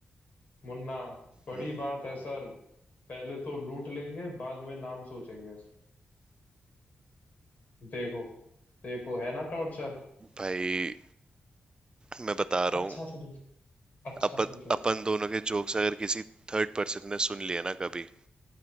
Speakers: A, on the left (about 50°); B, on the right (about 25°).
A: मुन्ना बड़ी
B: हम्म।
A: बात है सर पहले तो लूट लेंगे बाद में नाम सोचेंगे देखो देखो है ना टॉर्चर
B: भाई मैं बता रहा
A: अच्छा
B: हूँ
A: सा जोक अच्छा
B: अपन
A: सा जोक
B: अपन दोनों के जोक्स अगर किसी थर्ड पर्सन ने सुन लिए ना कभी